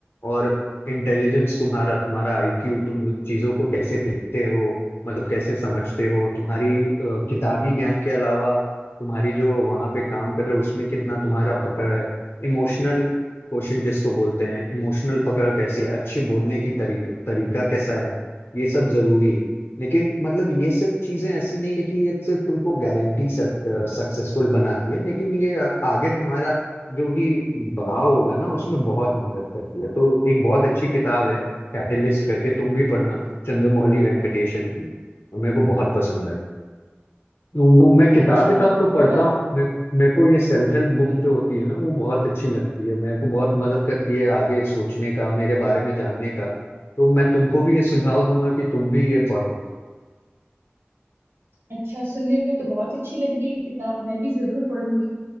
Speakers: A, on the left; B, on the right.
A: और इंटेलिजेंस तुम्हारा तुम्हारा आईक्यू तुम चीजों को कैसे देखते हो मतलब कैसे समझते हो तुम्हारी अ, किताबी ज्ञान के अलावा तुम्हारी जो वहां पे काम कर रहे हो उसमें कितना तुम्हारा पकड़ है इमोशनल क्वेश्चन जिसको बोलते हैं इमोशनल पकड़ कैसी है अच्छे बोलने की तरीक, तरीका कैसा है ये सब जरूरी है लेकिन मतलब ये सब चीजें ऐसी नहीं है कि ये सिर्फ तुमको गारंटी सक्सेसफुल बनाती है लेकिन ये आ- आगे तुम्हारा जो भी बढ़ाव होगा ना उसमें बहुत मदद करती है तो एक बहुत अच्छी किताब है कैटलिस्ट करके तुम भी पढ़ना चंद्रमौली वेंकटेशन की मेरे को बहुत पसंद आई वो मैं किताब
B: अच्छा
A: विताब तो पढ़ता
B: बहुत
A: हूँ मैं मेरे को ये सेल्फ हेल्प बुक
B: हम्म,
A: जो होती है ना वो बहुत अच्छी लगती है मेरे
B: हम्म।
A: को बहुत मदद करती है आगे सोचने का मेरे बारे में जानने का तो मैं तुमको भी ये सुझाव दूंगा कि तुम भी ये पढ़ो
B: अच्छा सुनने में तो बहुत अच्छी लग रही है किताब मैं भी जरूर पढ़ूंगी